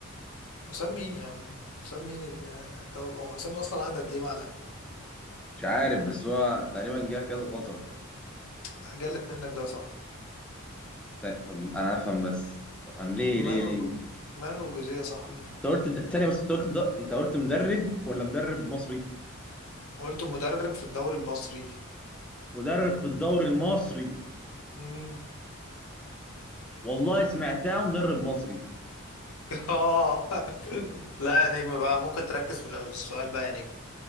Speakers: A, on the left (about 80°); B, in the centre.
A: حسام مين يا عم حسام مين الدوري هو حسام ده اصلا قعد قد ايه مع الاهلي
B: مش عارف بس هو تقريبا جه كذا فترة
A: لا، جلت منك ده يا صاحبي
B: ثانية طب أنا أفهم بس طب أنا ليه ليه
A: مانويل
B: ليه
A: جو... مانويل جوزيه يا صاحبي
B: أنت قلت د... ثانية بس أنت قلت د... أنت قلت مدرب ولا مدرب مصري؟
A: وقلت مدرب في الدوري المصري
B: مدرب في الدوري المصري
A: امم
B: والله سمعتها مدرب مصري
A: <laughs> اه لا يا نجم بقى ممكن تركز في ال- في السؤال بقى يا نجم